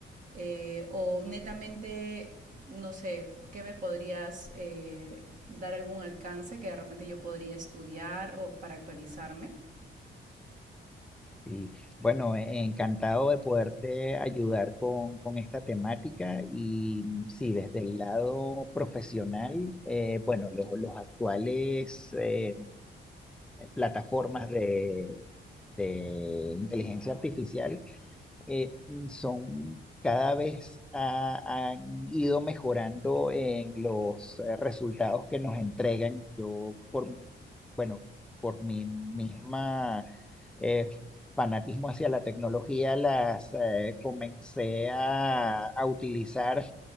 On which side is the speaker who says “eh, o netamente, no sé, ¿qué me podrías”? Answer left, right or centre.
Right